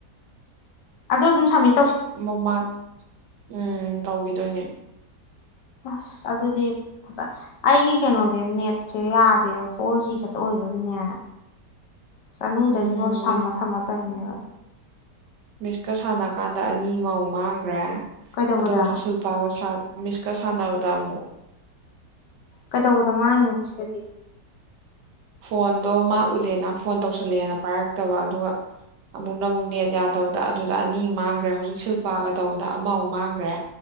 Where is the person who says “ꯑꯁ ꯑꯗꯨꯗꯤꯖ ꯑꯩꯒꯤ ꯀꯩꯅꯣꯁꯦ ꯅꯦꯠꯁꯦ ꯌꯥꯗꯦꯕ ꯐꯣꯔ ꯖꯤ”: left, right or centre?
Left